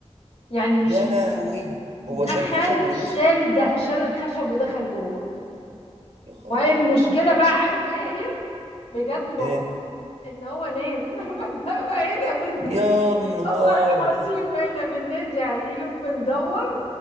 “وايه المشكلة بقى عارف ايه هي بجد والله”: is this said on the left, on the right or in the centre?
Left